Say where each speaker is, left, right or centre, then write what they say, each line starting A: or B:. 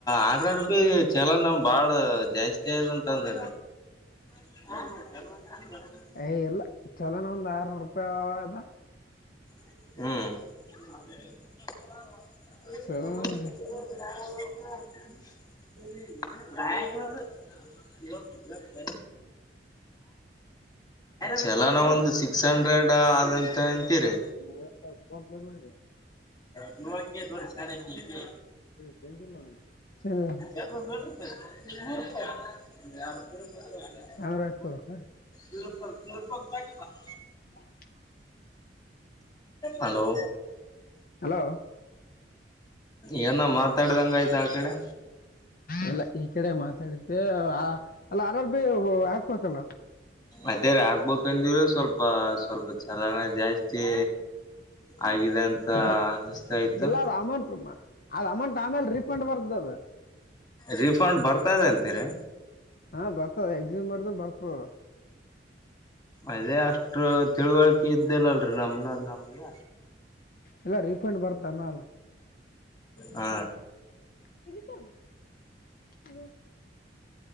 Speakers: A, on the left; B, on the left.
A: ಆರ ಆರ ಭೀ ಚಲನ ಬಾಳ ಜಾಸ್ತಿ ಸ್ತಿದ ಅಂತ ಅಂದ್ರ <inaudible>
B: ಏ ಇಲ್ಲ ಚಲನ ಒಂದ್ ಆರನೂರ್ ರೂಪಾಯಿ ಅದ
A: ಹ್ಮ್ ಗಾಗ
B: ಚಲನ
A: <inaudible>
B: ಜಾಸ್ತಿ
A: ಹೇಳಬೇಕ <inaudible>
B: ಹ್ಮ್ <inaudible>
A: ಚಲನ ಒಂದ್ ಸಿಕ್ಸ್ ಹಂಡ್ರೆಡ್ ಆದಂತ ಅಂತೀರಿ
B: ಮೊಬೈಲದಾಗ ಫೋನ್ ಪೇ ಮಾಡಿದೆವ
A: <inaudible> ದೊಡ್ಡ ಶಾಣೆಕಿ ಇಕಿ
B: ಚೆಂಜ ಇಲ್ಲಣ್ಣ <inaudible>
A: <inaudible> <inaudible>
B: ಎರಡ ನೂರ ಐವತ್ತ ಕೊಡಬೇಕ್
A: ಇಲ್ಲಪ್ಪ <inaudible>
B: <inaudible>
A: ಹಲೋ
B: ಹಲೋ
A: ಏನ್ ಮಾತಾಡ್ದಿಂಗ ಆಯ್ತ ಆ ಕಡೆ
B: ಇಲ್ಲ ಈ ಕಡೆ ಮಾತಾಡಿದ್ದ್ ಅಲ್ಲ ಆರಾರ್ ಭೀ ಹಾಕ್ಬೇಕಲ್ಲ
A: ಅದೇ ರಿ ಆಕಬೇಕಂದಿವರಿ ಸ್ವಲ್ಪ ಸ್ವಲ್ಪ ಚಲನ ಜಾಸ್ತಿ ಆಗಿದೆ ಅಂತ
B: ಚನಲ್ಲ
A: ಅನಿಸ್ತಾ ಇತ್ತು
B: ಇಲ್ಲ ಅದ್ ಅಮೌಂಟ್ ಅದ್ ಅಮೌಂಟ್ ಆಮೇಲ ರೀಫಂಡ್ ಬತರ್ದ ಅದು
A: ರೀಫಂಡ್ ಬರ್ತದೆ ಅಂತೀರಿ
B: ಹಾ ಬರ್ತದ ಎಕ್ಸಿಮ್ ಬರ್ದ್ ಬರ್ತದ
A: ಅದೇ ಅಷ್ಟ ತಿಳುವಳಿಕೆ ಇದ್ದಿಲ್ಲಲ್ರಿ ನಮ್ನ ನಮ್ಗೆ
B: ಎಲ್ಲ ರೀಫಂಡ್ ಬರ್ತದ ಆಮಲ
A: ಹ
B: ಚಿಲರ್ ಕೊಡ <inaudible>